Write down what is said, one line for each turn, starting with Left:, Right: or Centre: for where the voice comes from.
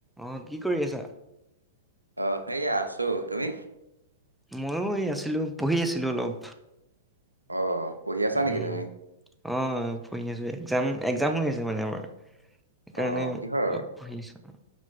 Centre: আহ কি কৰি আছা?
Right: আহ এয়া আছো তুমি?
Centre: ময়ো এই আছিলো পঢ়ি আছিলো অলপ।
Right: অ', পঢ়ি আছা
Centre: উম,
Right: নেকি তুমি?
Centre: অ' পঢ়ি আছো এ-এক্সাম এক্সাম হৈ আছে। মানে আমাৰ সেইকাৰণে
Right: অ', কিহৰ?
Centre: অলপ পঢ়ি আছো আৰু।